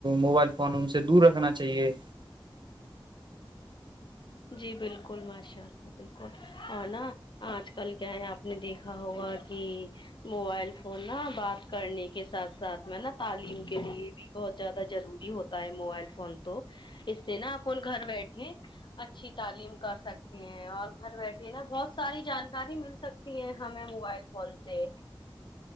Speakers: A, on the right (about 55°); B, on the left (about 55°).
A: موبائل کوان ان سے دور رکھنا چاہیے
B: جی بالکل ماشاء اللہ بالکل اور نا آج کل کیا ہے آپ نے دیکھا ہوگا کہ موبائل فون نا بات کرنے کے ساتھ ساتھ میں نا تعلیم کے لیے بھی بہت زیادہ ضروری ہوتا ہے موبائل فون تو اس سے نا اپن گھر بیٹھے اچھی تعلیم کر سکتی ہیں اور گھر بیٹھے نا بہت ساری جانکاری مل سکتی ہمیں موبائل فون سے